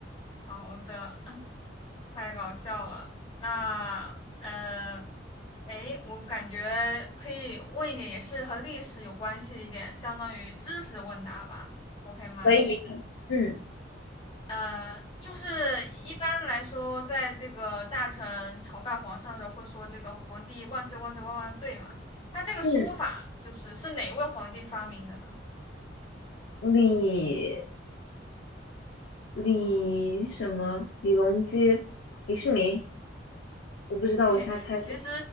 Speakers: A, on the left; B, on the left.
A: 好的，太搞笑了。那呃，诶，我感觉可以问一点，也是和历史有关系一点，相当于知识问答吧，OK 吗？
B: 所以，嗯
A: 呃，就是一般来说，在这个大臣朝拜皇上的时候，会说这个“皇帝万岁万岁万万岁”嘛。他这个说法就是是哪位皇帝发明的呢？
B: 嗯，
A: <laughs>
B: 李李什么李隆基、李世民，我不知道，
A: 嘿嘿，
B: 我瞎猜的
A: 其实